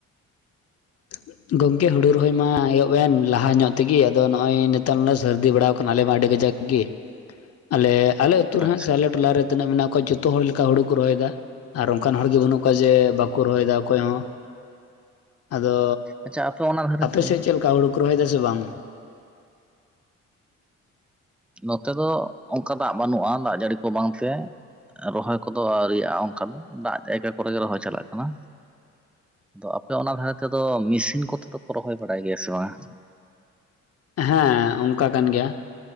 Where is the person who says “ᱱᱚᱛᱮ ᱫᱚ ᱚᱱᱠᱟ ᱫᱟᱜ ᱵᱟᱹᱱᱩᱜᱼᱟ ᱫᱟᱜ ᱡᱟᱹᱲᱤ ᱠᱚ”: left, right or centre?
Centre